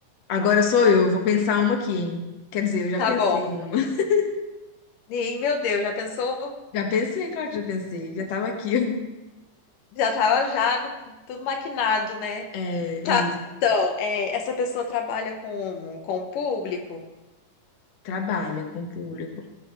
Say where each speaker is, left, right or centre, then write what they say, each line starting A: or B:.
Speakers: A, on the left; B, on the left.
A: agora sou eu, vou pensar uma aqui, hein? Quer dizer, eu já
B: Tá
A: pensei
B: bom.
A: numa. <laughs>
B: E meu Deus, já pensou?
A: Já pensei, claro que já pensei, já tava aqui.
B: Já tava já tudo maquinado, né?
A: É, isso.
B: Então, é, essa pessoa trabalha com, com o público,
A: Trabalha com o público.